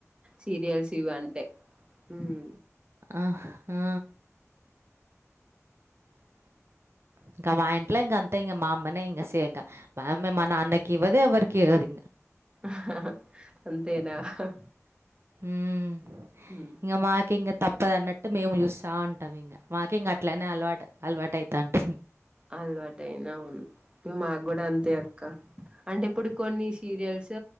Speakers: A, on the right; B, on the right.
A: సీరియల్స్ ఇవంటే ఊమ్
B: అహ్ హా ఇంక మా ఇంట్లో ఇంక అంతే ఇంక మా అమ్మనే ఇంక సేయక ఆమె మా నాన్నకి ఇవ్వదు ఎవరికి ఇవ్వదు
A: హహా అంతేనా హా
B: ఉమ్మ్
A: ఉమ్
B: ఇంక మాకు ఇంకా తప్పదన్నట్టు మేము చూస్తా ఉంటాం ఇంగ మాకేం గట్లా నా అలవాటు అలవాటు అయితాంది
A: అలవాటు అయినా ఉంది మాగ్గూడా అంతే అక్క అంటే ఇప్పుడు కొన్ని సీరియల్స్